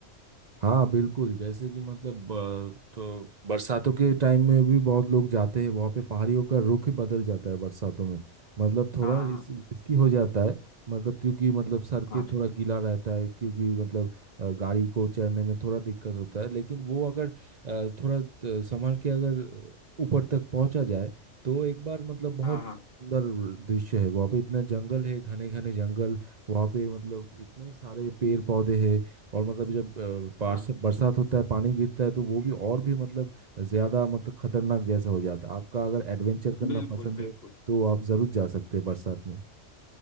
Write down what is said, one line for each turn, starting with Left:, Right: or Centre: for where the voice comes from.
Right: हाँ बिल्कुल जैसे कि मतलब अ, तो बरसातों के टाइम में भी बहुत लोग जाते हैं वहाँ पे पहाड़ियों का रुख ही बदल जाता है बरसातों में मतलब थोड़ा
Left: हाँ
Right: रिस,
Left: हाँ
Right: रिस्की हो जाता है मतलब क्योंकि मतलब सड़कें
Left: हाँ
Right: थोड़ा गीला रहता है क्योंकि मतलब अ, गाड़ी को चढ़ने में थोड़ा दिक्कत होता है लेकिन वो अगर अ, थोड़ा अ, संभाल के अगर ऊपर तक पहुँचा जाए तो एक बार मतलब बहुत
Left: हाँ हाँ
Right: सुंदर दृश्य है वहाँ पे इतना जंगल है घने घने जंगल वहाँ पे मतलब इतने सारे पेड़ पौधे हैं और मतलब जब अ, पार्स
Left: हाँ
Right: बरसात होता है पानी गिरता है तो वो भी और भी मतलब ज़्यादा मतलब खतरनाक जैसा हो जाता है आपका अगर एडवेंचर करना
Left: बिल्कुल
Right: पसंद
Left: बिल्कुल
Right: है तो आप ज़रूर जा सकते हैं बरसात में